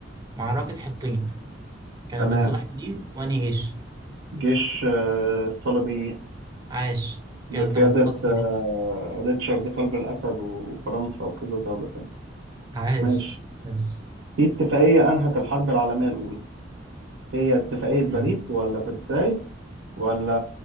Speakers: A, on the right; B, on the right.
A: معركة حطين كانت
B: تمام
A: بين صلاح الدين وانهي جيش
B: جيش آه الصليبيين
A: عاش
B: بقيادة
A: كده انت متقدم
B: آه
A: بنقطة
B: ريتشارد قلب الأسد و- وفرنسا وكذا دولة تانية
A: عاش
B: ماشي
A: عاش
B: في اتفاقية أنهت الحرب العالمية الأولى هي اتفاقية باريس
A: مم.
B: ولا فرساي ولا